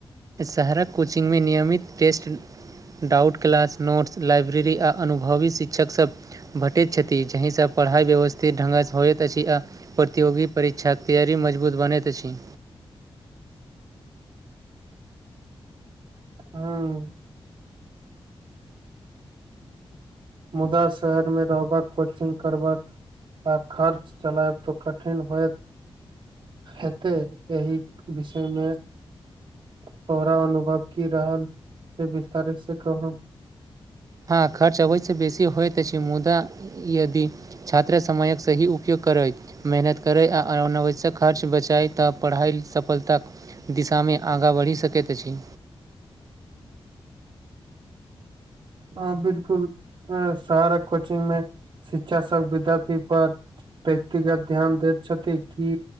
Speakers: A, on the right (about 35°); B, on the right (about 55°).
A: शहरक कोचिंग मे नियमित test doubt class notes library आ अनुभवी शिक्षकसभ भेटैत छथि जाहिसँ पढ़ाइ व्यवस्थित ढङ्गसँ होइत अछि आ प्रतियोगी परीक्षाक तैयारी मजबूत बनैत अछि
B: हँ मुदा शहर मे रहबाक कोचिंग करबाक आ खर्च चलायब तो कठिन होयत हेतै एहि विषय मे तोरा अनुभव की रहल से विस्तारि से कहू
A: हँ खर्च अबैसँ बेसी होइत अछि मुदा यदि छात्रा समयक सही उपयोग करति मेहनत करै आ अनावश्यक खर्च बचाय तऽ पढ़ाइ सफलता दिशा मे आगाँ बढ़ि सकैत अछि
B: हँ बिलकुल शहरक कोचिंग मे शिक्षा सब विद्यार्थी पर व्यक्तिगत ध्यान दति छथि कि